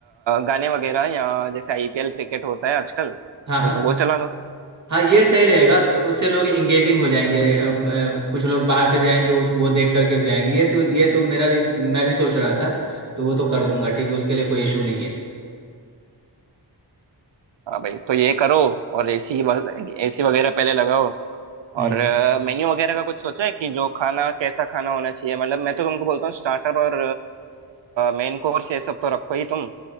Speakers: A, on the right; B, on the right.
A: गाने वगैरह या जैसे आईपीएल क्रिकेट होता है आजकल
B: हाँ
A: वो
B: हाँ
A: वो चला दो
B: हाँ ये सही रहेगा तो उससे लोग इंगेजिंग हो जाएंगे अब, अ, कुछ लोग बाहर से भी आएंगे उस वो देख करके भी आएंगे ये तो ये तो मेरा भी मैं भी सोच रहा था तो वो तो कर दूंगा ठीक है उसके लिए कोई इशू नहीं है
A: हाँ भाई तो ये करो और एसी एसी वगैरह पहले लगाओ
B: हम्म
A: और मेन्यू वगैरह का कुछ सोचा है कि जो खाना कैसा खाना होना चाहिए मतलब मैं तो तुमको बोलता हूँ स्टार्टर और मेन कोर्स ये सब तो रखो ही तुम